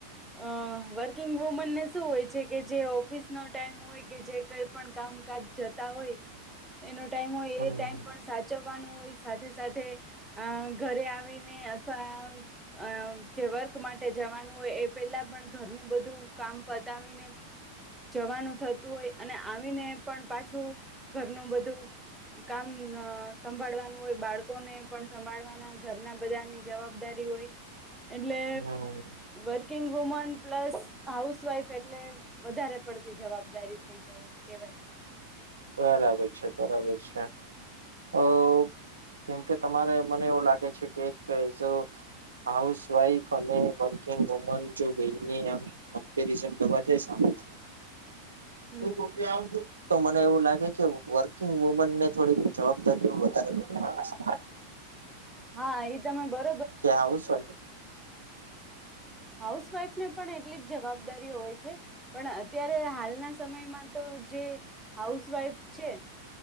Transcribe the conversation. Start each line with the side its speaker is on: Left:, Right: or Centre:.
Centre: અહ વર્કિંગ વુમનને શું હોય છે કે જે ઓફિસ નો ટાઈમ હોય કે જે કંઈ પણ કામકાજ જ તા હોય, એનો ટાઈમ હોય
Right: હમ
Centre: એ ટાઈમ પણ સાચવવાનો હોય. સાથે-સાથે અહ ઘરે આવીને અથવા અહ જે વર્ક માટે જવાનું હોય એ પેલા પણ ઘરનું બધું કામ પતાવીને જવાનું થતું હોય, અને આવીને પણ પાછું ઘરનું બધું કામ અહ સંભાળવાનું હોય, બાળકોને પણ સંભાળવાના, ઘરના બધાની જવાબદારી હોય. એટલે
Right: હમ
Centre: વર્કિંગ વુમન પ્લસ હાઉસવાઈફ એટલે વધારે પડતી જવાબદારી થઈ જાય એમ કેવાય.
Right: બરાબર છે, બરાબર છે. અહ જેમકે તમારે મને એવું લાગે છે કે એ કેજો હાઉસવાઈફ અને વર્કિંગ વુમન જો ભી મી આમ કંપરીજન કરવા જય સામંત
Centre: હમ
Right: <inaudible> તો મ મને એવું લાગે કે વર્કિંગ વુમનને થોડી જવાબદારી વધારે ઘણું લાગશે.
Centre: હા, એ તમે બર
Right: ક્યાં આવું શે
Centre: હાઉસવાઈફને પણ એટલી જ જવાબદારીઓ હોય છે પણ અત્યારે હાલના સમયમાં તો જે હાઉસવાઈફ છે